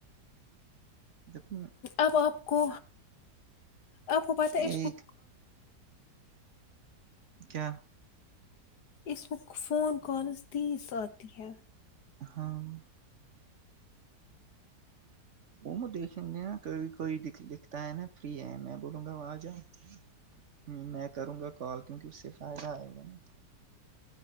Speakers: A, on the right; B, on the left.
A: دھنے <inaudible>
B: اب آپ کو آپ کو پتہ ہے اس
A: ایک
B: کو
A: <unintelligible> کیا
B: اس وقت فون کالز تیز آتی ہے
A: ہاں <unintelligible> وہ دیکھیں گے نا کو کوئی لکھتا ہے نا فری ہے میں بولوں گا آ جاؤ <unintelligible> میں کروں گا کال کیونکہ اس سے فائدہ آئے گا نا